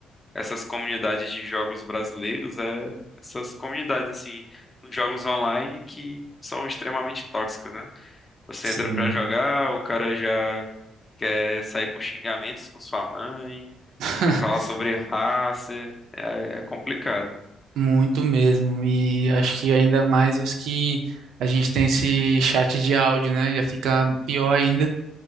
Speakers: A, on the left (about 25°); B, on the right (about 75°).
A: a essas comunidades de jogos brasileiros é essas comunidades assim, nos jogos online que são extremamente tóxicas, né? Você
B: sim.
A: entra pra jogar, o cara já quer sair com xingamentos com sua mãe,
B: <laughs>
A: quer falar sobre raça, é, é complicado,
B: Muito mesmo. E acho que ainda mais os que a gente tem esse chat de áudio, né? Já fica pior ainda.